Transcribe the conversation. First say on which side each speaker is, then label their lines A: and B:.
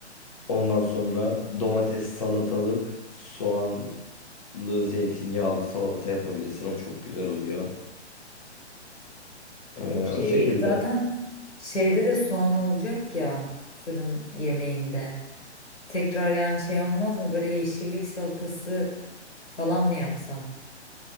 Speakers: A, on the left; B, on the left.
A: Ondan sonra domates, salatalık, soğanlı, zeytinyağlı salata yapabilirsin. O çok güzel oluyor. Ee,
B: Şey,
A: o şekilde.
B: zaten şeyde de soğan olacak ya fırın yemeğinde. Tekrar yani şey olmaz mı? Böyle yeşillik salatası falan mı yapsam?